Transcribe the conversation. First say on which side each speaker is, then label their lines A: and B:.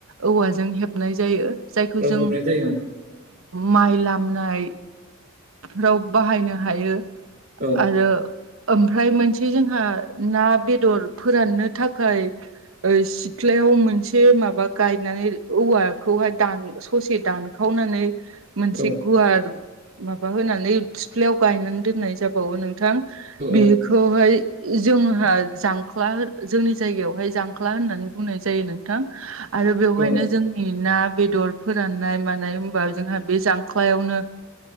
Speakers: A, on the right (about 85°); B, on the right (about 45°).
A: औवाजों हेबनाय जायो। जायखौ
B: औ
A: जों
B: हेबनाय जायो
A: माइ लामनाय राव बाहायनो हायो
B: ओं
A: आरो ओमफ्राय मोनसे जोंहा ना बेदर फोराननो थाखाय सिथ्लायाव मोनसे माबा गायनानै औवाखौहाय दान ससे दान खावनानै मोनसे
B: औ
A: गुवार माबा होनानै सिप्लेयाव गायनानै दोननाय जाबावो नों नोंथां
B: औ
A: बेखौहाय जोंहा जांख्ला जोंनि जायगायावहाय जांख्ला होननानै बुंनाय जायो नोंथां। आरो बेवहायनो
B: औ
A: जों ना बेदर फोराननाय मानाय होमबा जोंहा बे जांख्लायावनो